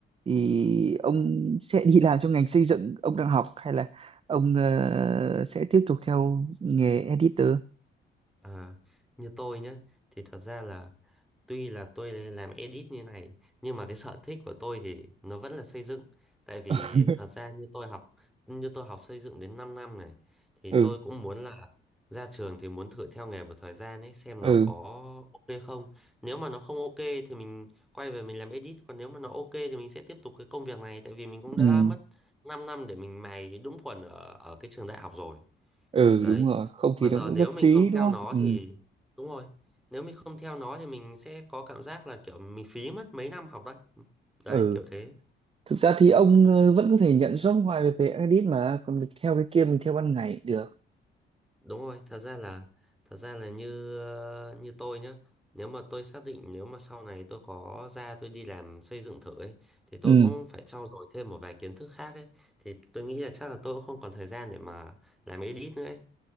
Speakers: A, on the right; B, in the centre.
A: Thì ông sẽ đi làm trong ngành xây dựng ông đang học hay là ông ờ, sẽ tiếp tục theo nghề editor?
B: À, như tôi nhé thì thật ra là tuy là tôi làm edit như này nhưng mà cái sở thích của tôi thì nó vẫn là xây dựng tại vì
A: <laughs>
B: thật ra như tôi học như tôi học xây dựng đến 5 năm này thì
A: Ừ,
B: tôi cũng muốn là ra trường thì muốn thử theo nghề một thời gian ấy xem
A: ừ,
B: nó có ok không nếu mà nó không ok thì mình quay về mình làm edit còn nếu mà nó ok thì mình sẽ tiếp tục cái công việc này tại vì mình cũng đã
A: ừ,
B: mất 5 năm để mình mài đúng quần ở ở cái trường đại học rồi
A: ừ
B: đấy
A: đúng rồi, không thì
B: mà
A: nó
B: giờ
A: cũng
B: nếu
A: rất
B: mình
A: phí
B: không theo
A: đúng không?
B: nó
A: Ừ,
B: thì đúng rồi nếu mình không theo nó thì mình sẽ có cảm giác là kiểu mình phí mất mấy năm học đấy đấy
A: ừ.
B: kiểu thế
A: Thực ra thì ông ờ, vẫn có thể nhận job ngoài về, về edit mà còn theo cái kia mình theo ban ngày được.
B: đúng rồi thật ra là thật ra là như ờ, như tôi nhá nếu mà tôi xác định nếu mà sau này tôi có ra tôi đi làm xây dựng thử ấy thì tôi
A: Ừ,
B: cũng phải trau dồi thêm một vài kiến thức khác ấy thì tôi nghĩ là chắc là tôi cũng không còn thời gian để mà làm edit nữa ấy